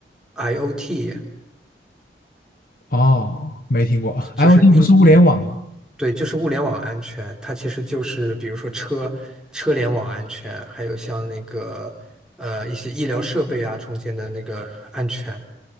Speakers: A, in the centre; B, on the left.
A: IoT，
B: 哦没听过，IoT
A: 就是 in，
B: 不是物联网吗？
A: 对，就是物联网安全。它其实就是比如说车车联网安全，还有像那个呃一些医疗设备啊中间的那个安全。